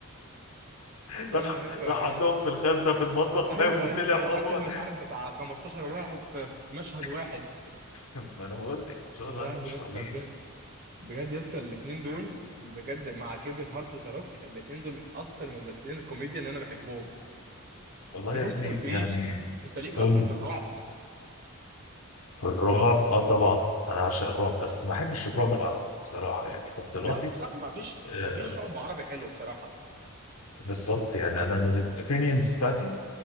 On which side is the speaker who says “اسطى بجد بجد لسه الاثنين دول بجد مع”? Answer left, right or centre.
Right